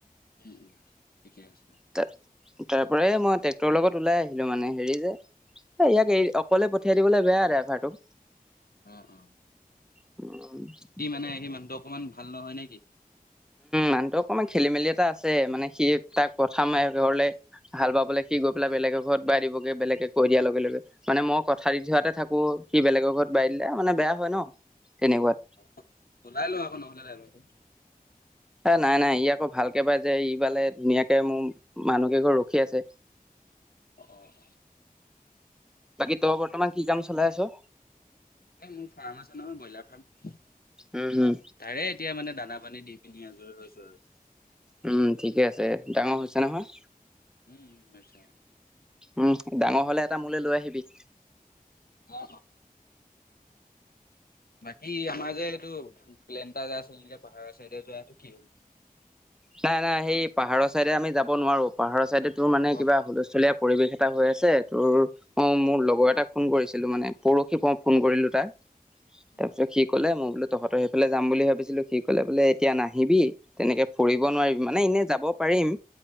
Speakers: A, on the left; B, in the centre.
A: উম উম ঠিকে আছে
B: ত। তাৰ পৰা মই ট্ৰেক্টৰৰ লগত ওলাই আহিলো মানে হেৰি যে। এ ইয়াক এই অকলে পঠিয়াই দিবলৈ বেয়া ড্ৰাইভাৰটোক।
A: উম হম।
B: <inaudible>
A: কি মানে সি মানুহটো অকণমান ভাল নহয় নেকি?।
B: মানহটো অকমান খেলি মেলি এটা আছে মানে সি তাক প্ৰথম ঘৰলে। হাল বাবলে সি গৈ পেলাই বেলেগে ঘৰত বাই দিবগ বেলেকে দিয়া লগে লগে। মানে মই কথা দি থোৱাতে থাকো সি বেলেগৰ ঘৰত বাই দিলে মানে বেয়া হয় ন তেনেকুৱাত।
A: অ ওলাই লওঁ আকৌ নহ'লে ড্ৰাইভাৰটো।
B: এ নাই নাই ই আকৌ ভালকে পায় যে ই বালে ধুনীয়াকে মোৰ মানুহ কেই ঘৰ ৰখি আছে।
A: অ অ।
B: বাকী তই বৰ্তমান কি কাম চলাই আছ।
A: এই মোৰ ফাৰ্ম আছে নহয় ব্ৰইলাৰ ফাৰ্ম।
B: উম, হম,
A: তাৰে এতিয়া মানে দানা পানী দি পিনি আজৰি হৈছো আৰু।
B: উম ঠিকে আছে ডাঙৰ হৈছে নহয়।
A: উম আচ্ছা।
B: উম ডাঙৰ হলে এটা মোলৈ লৈ আহিবি।
A: অ। বাকী আমাৰ যে এইটো প্লেন এটা যাই আছিল নেক পাহাৰ চাইডে যোৱাটো কি হ'ল।
B: নাই নাই সেই পাহাৰৰ চাইডে আমি যাব নোৱাৰো পাহাৰৰ চাইডে তোৰ মানে
A: উম,
B: কিবা হুলস্থলীয়া। পৰিৱেশ এটা হৈ আছে তোৰ অ মোৰ লগৰ এটাক ফোন কৰিছিলো মানে পৰহি। ফোন কৰিলোঁ তাক।
A: <inaudible>
B: তাৰ পিছত সি কলে মই বোলে তহঁতৰ সেইফালে যাম বুলি ভাবিছিলো সি কলে বোলে এতিয়া নাহিবি তেনেকে। ফুৰিব নোৱাৰিম মানে এনেই যাব পাৰিম